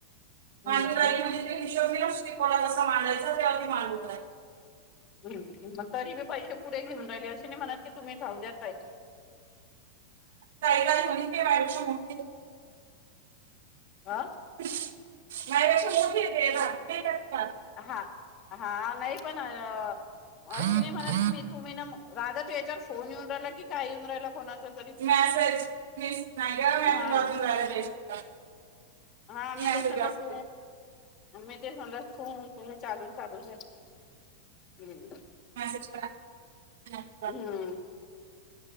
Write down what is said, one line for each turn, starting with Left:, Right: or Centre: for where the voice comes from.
Left: हम्म
Right: मांडून राहिली म्हणजे हिशबी नसते कोणाला असं मांडायचा ते आधी मांडु द्या
Left: मग तरी बी पैसे पुरे घेऊन राहिलीया अशी नाही म्हणत की तुम्ही राहुद्यात ताई
Right: ताईला घेऊन ये की ती माझ्यापेक्षा मोठी आहे
Left: आ
Right: माझ्याकडे शंभर रुपये <unintelligible>
Left: हा हा नई पण अ
Right: हा
Left: अशी नाही म्हणत की मी तुम्ही ना रागाच्या यांच्यावर फोन येऊन राहिला की काय येऊन राहिला तरी
Right: मॅसेज मिस नाही का
Left: हा
Right: <unintelligible>
Left: हा मी
Right: मेसेज
Left: त्यासगट
Right: वाचतो
Left: मी तेच म्हटलं खू खू चालून चालू आहे
Right: मेसेज काय
Left: हम्म.